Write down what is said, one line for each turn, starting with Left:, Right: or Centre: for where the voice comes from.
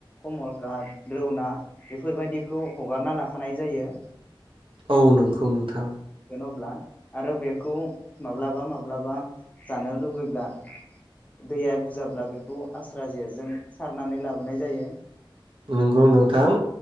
Left: कमलकाट रन ना बेफोरबायदिखौ हगारना लाखानाय जायो।
Right: औ नोंखौ नों नोंथां
Left: अब्ला आरो बेखौ माब्लाबा माब्लाबा जानो लुबैब्ला दैया बुरजाब्ला बेखौ आस्रा जेजों सारनानै लाबोनाय जायो।
Right: नंगौ नोंथां।